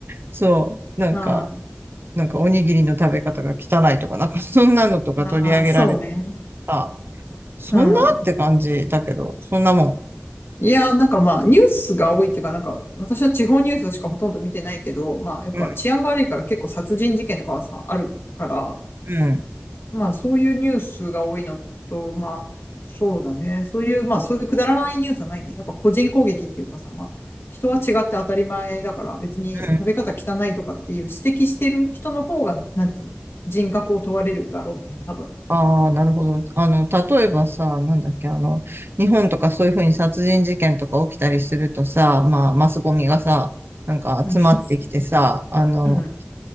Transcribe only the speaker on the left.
うん。あ
あ、そうね。
うん。
いやー、なんかまあ、ニュースが多いっていうか、なんか、私は地方ニュースしかほとんど見てないけど、まあ、やっぱ治安が悪いから結構殺人事件とかはさ、
あるから、
まあ、そういうニュースが多いのと、まあ、そうだね。そういう、まあ、そういうくだらないニュースはないね。やっぱ個人攻撃っていうかさ、まあ、人は違って当たり前だから、別に食べ方汚いとかっていう指摘してる人の方が、
なんつうの、人格を問われるだろうね、多分。
うん。
うん。